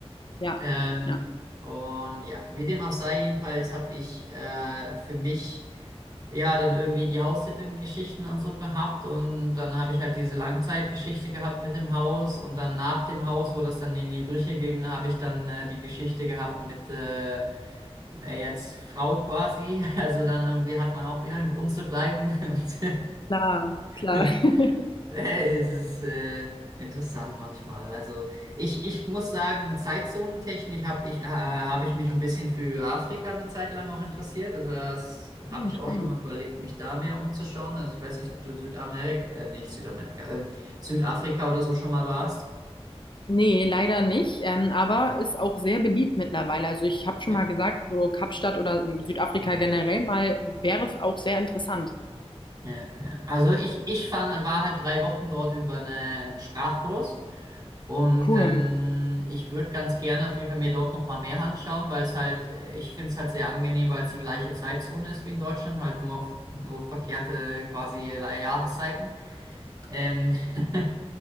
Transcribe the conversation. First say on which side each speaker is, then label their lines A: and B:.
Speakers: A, on the left; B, on the right.
A: ja,
B: Ähm,
A: ja.
B: und ja, wie dem auch sei, jedenfalls habe ich äh, für mich ja, dann irgendwie die Haustitelgeschichten und so gehabt und dann habe ich halt diese Langzeitgeschichte gehabt mit dem Haus und dann nach dem Haus, wo das dann in die Brüche ging, habe ich dann äh, die Geschichte gehabt mit äh, äh, jetzt Frau quasi. <laughs> Also dann irgendwie hat man auch wieder einen Grund zu bleiben <laughs> und
A: Klar,
B: <laughs>
A: klar. <laughs>
B: Äh, Es ist äh, interessant manchmal. Also ich, ich muss sagen, Zeitzonentechnik habe ich, äh, hab ich mich ein bisschen für Afrika eine Zeit lang auch interessiert. Also das
A: Ja,
B: habe ich
A: Spannend.
B: auch schon mal überlegt, mich da mehr umzuschauen. Also ich weiß nicht, ob du Südamerika, äh, nicht Südamerika, ähm, Südafrika oder so schon mal warst.
A: Nee, leider nicht, ähm, aber
B: Mhm.
A: ist auch sehr beliebt mittlerweile. Also ich habe schon
B: Ja.
A: mal gesagt, so Kapstadt oder ähm, Südafrika
B: Mhm.
A: generell mal wäre auch sehr interessant.
B: Ja, ja. Also ich, ich fand, war halt drei Wochen dort über einen Sprachkurs. Und
A: Cool.
B: ähm, ich würde ganz gerne auf jeden Fall mir dort nochmal mehr anschauen, weil es halt, äh, ich finde es halt sehr angenehm, weil es die gleiche Zeitzone ist wie in Deutschland, halt nur, auf- nur verkehrte quasi äh, Jahreszeiten. Ähm, <laughs>